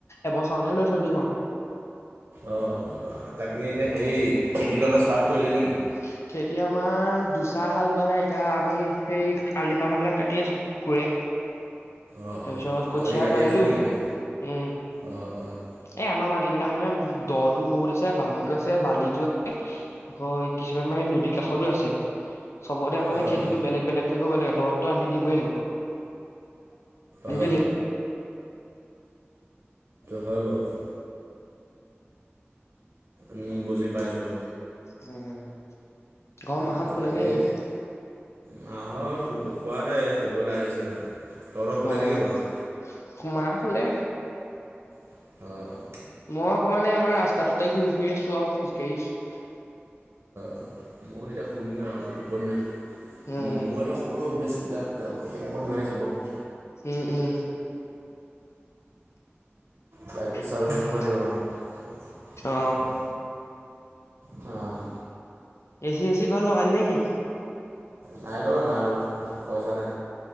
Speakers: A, on the left; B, on the right.
A: এবছৰ ‍ মানলৈ লৈ থই দিম আৰু
B: অ তাকে এতিয়া সেই খেতিটো ষ্টাৰ্ট কৰিলে নেকি।
A: হয় <unintelligible> খেতি আমাৰ দুচাহ হাল বালে এতিয়া আমি সেই আলি পাহ বিলাক কাটি আছো কুৰে
B: অ',
A: তাৰপিছত
B: অ', অ',
A: কঠিয়া
B: আলি কাটি
A: পাৰিলো
B: আছো নেকি এতিয়া?
A: উম
B: অ', অ',
A: এ আমাৰ মাত এইবিলাক মানে দহটো বহুত আছে বামতো আছে বালিটো আছে আকৌ কিছুমান মানে নদী কাষতো আছে চবতে মানে
B: অ',
A: খেতিটো বেলেগ বেলেগকে কৰিব লাগে দহত সেইটো আনি দিবই এ
B: অ',
A: লাগিব
B: হয় বাৰু উম বুজি পাইছোঁ।
A: উম, ঘৰৰ
B: উম
A: মাহত শুলে
B: তাকেই
A: নে কি
B: দিয়া মাহত শুব নাই শুবলৈ আহিছে। তহঁতৰ শুলে
A: অহ
B: নেকি মাহঁত
A: মা শুলে।
B: অহ অহ
A: মই অকমানে আমাৰ ৰাস্তাটোতে ঘূৰি ফুৰি আছো আৰু খোজকাঢ়িছো।
B: অ' মই এ শুম আৰু টোপনি ধৰিছে।
A: উম
B: উ মই বেছি বন্ধ হৈ আহিছে বহুত
A: উম উম।
B: ম'বাইলটো চাৰ্জ
A: উম
B: দিব‌ লাগিব মানে
A: অ
B: অহ',
A: হেচি - হেচি কল লগালি‌ নেকি?
B: নাই লগা নাই লগা ইমান পইচা নাই।